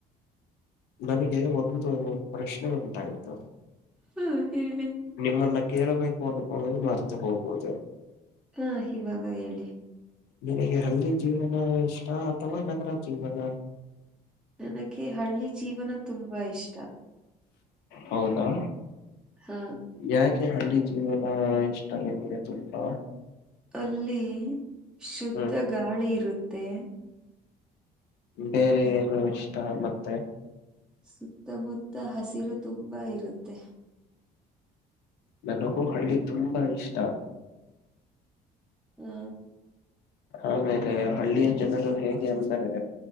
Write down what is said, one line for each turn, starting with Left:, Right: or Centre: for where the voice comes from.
Left: ನನಗೆ ಒಂದು ಪ್ರಶ್ನೆ ಉಂಟಾಯ್ತು
Centre: ಹ್ಮ ಹೇಳ್ಬೇಕು
Left: ನಿಮ್ಮನ್ನ ಕೇಳಬೇಕು ಅನ್ಕೊಳ್ಳೋದು ಮರ್ತು ಹೋಗುವುದು
Centre: ಹಾ ಇವಾಗ ಹೇಳಿ
Left: ನಿನಗೆ ಹಳ್ಳಿ ಜೀವನ ಇಷ್ಟ ಅಥವಾ ನಗರ ಜೀವನ
Centre: ನನಗೆ ಹಳ್ಳಿ ಜೀವನ ತುಂಬಾ ಇಷ್ಟಾ
Left: ಹೌದಾ
Centre: ಹಾ
Left: ಯಾಕೆ ಹಳ್ಳಿ ಜೀವನ ಇಷ್ಟ ನಿಮ್ಗೆ ತುಂಬಾ
Centre: ಅಲ್ಲಿ ಶುದ್ಧ
Left: ಹ್ಮ್
Centre: ಗಾಳಿ ಇರುತ್ತೆ
Left: ಬೇರೆ ಏನು ಇಷ್ಟ ಮತ್ತೆ
Centre: ಸುತ್ತಮುತ್ತ ಹಸಿರು ತುಂಬಾ ಇರುತ್ತೆ
Left: ನನಗೂ ಹಳ್ಳಿ ತುಂಬಾ ಇಷ್ಟಾ
Centre: ಹ್ಮ
Left: ಆಮೇಲೆ ಹಳ್ಳಿಯ ಜನರು ಹೇಗೆ ಅಂದರೆ